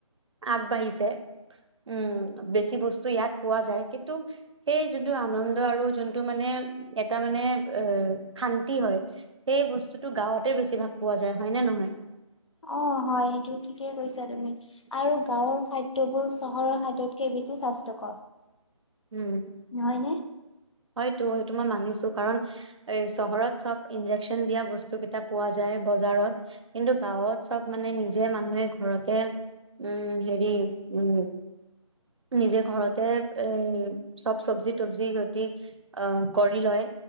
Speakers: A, on the right; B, on the left.
A: আগবাঢ়িছে উম বেছি বস্তু ইয়াত পোৱা যায়। কিন্তু সেই যোনটো আনন্দ আৰু যোনটো মানে এটা মানে এ শান্তি হয় সেই বস্তুতটো গাঁৱতে বেছি ভাগ পোৱা যায় হয় নে নহয়?
B: অ' হয় সেইটো ঠিকেই কৈছে। ছা তুমি, আৰু গাঁৱৰ খাদ্যবোৰ চহৰৰ খাদ্যতকে বেছি স্বাস্থ্যকৰ।
A: উম,
B: নহয়নে
A: হয়তো। তোমাক মানিছো কাৰণ এ চহৰত চব ইন্জেকচন দিয়া বস্তু কেইটা পোৱা যায় বজাৰত। কিন্তু গাঁৱত চব মানে নিজে মানুহে ঘৰতে উম হেৰি উম নিজে ঘৰতে এ চব চব্জি তবজি ঘটি অ' কৰি লয়,